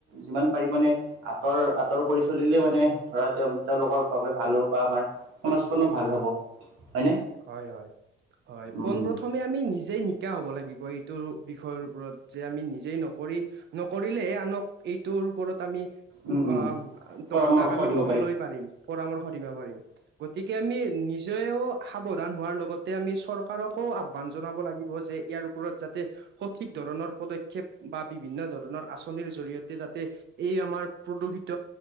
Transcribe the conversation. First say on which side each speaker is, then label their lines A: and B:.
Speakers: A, on the right (about 90°); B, on the right (about 65°).
A: যিমান পাৰি মানে। আঁতৰ, আঁতৰ কৰি চলিলে মানে, ধৰা তেওঁ তেওঁলোকৰ বাবে ভাল হ'ব বা আমাৰ। সমাজখনো ভাল হ'ব। হয়নে?
B: হয়, হয়, হয়,
A: উম
B: পোন
A: উম
B: প্ৰথমে আমি নিজে নি শিক্ষা হ'ব লাগিব এইটো বিষয়ৰ ওপৰত, যে আমি নিজেই নকৰি। নকৰিলে আনক এইটোৰ ওপৰত আমি।
A: উম উম
B: অ'
A: পৰামৰ্শ
B: দহটাক আমি
A: দিব
B: কবলৈ পাৰিম, পৰামৰ্শ দিবা পাৰিম। গতিকে আমি নিজেও সাৱধান হোৱাৰ লগতে, আমি চৰ কাৰকো আহ্বান জনাব লাগিব যে, ইয়াৰ ওপৰত যাতে। সঠিক ধৰণৰ পদক্ষেপ, বা বিভিন্ন ধৰণৰ আঁচনিৰ জৰিয়তে যাতে। এই আমাৰ প্ৰদূষিত।